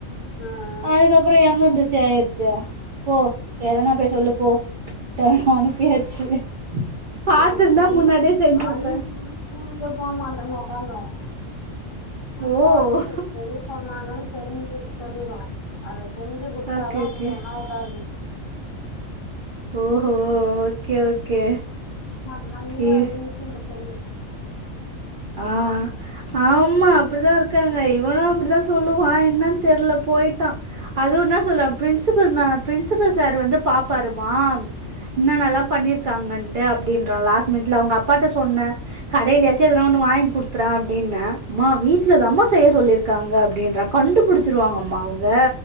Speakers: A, on the left; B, on the right.
A: ஆ
B: அதுக்கப்புறம் எங்கருந்து செய்றது போ எதனா போய் சொல்லு போ டோன் அனுப்பியாச்சு பாத்துருந்தா
A: எ பொண்ணு
B: முன்னாடியே செஞ்சிருப்ப
A: அழுதுக்குன்னு ஸ்கூலுக்கே போ மாட்டன்னு ஒக்காந்துரும் வந்த
B: ஓ
A: ஒடனே பெரிய சொன்னாங்கன்னு தெரிஞ்சத சொல்லிரும் அத செஞ்சு குடுத்தாதா
B: ஓகே ஓகே
A: வுடு இல்லனா வுடாது
B: ஓஹோ ஓகே ஓகே
A: மா நா நீயே
B: ஏ
A: வந்து மிஸ்கிட்ட சொல்லு
B: ஆ ஆமா அப்டிதா இருக்காங்க இவனு அப்டிதா சொல்லுவா என்ன தெர்ல போயிட்டான் அதும் என்ன சொல்ல பிரின்ஸிபல் ம பிரின்ஸிபல் சார் வந்து பாப்பாருமா இன்னன்னல்லா பண்ணியிருக்காங்கன்ட் டே அப்டீன்றா லாஸ்ட் மினிட்ல அவங்க அப்பாட்ட சொன்ன கடையிலையாச்சி எதனா ஒண்ணு வாங்கி குடுத்தற அப்டீன்ன மா வீட்லதாம்மா செய்ய சொல்லியிருக்காங்க அப்டீன்றா கண்டுபுடிச்சிருவாங்கம்மா அவுங்க